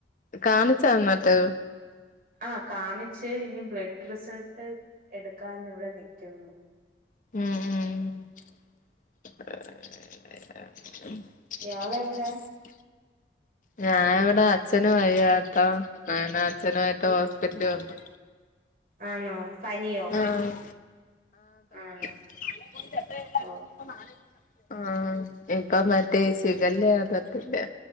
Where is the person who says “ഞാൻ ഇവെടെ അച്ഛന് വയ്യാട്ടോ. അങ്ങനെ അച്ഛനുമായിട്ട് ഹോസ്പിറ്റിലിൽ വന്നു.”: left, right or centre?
Left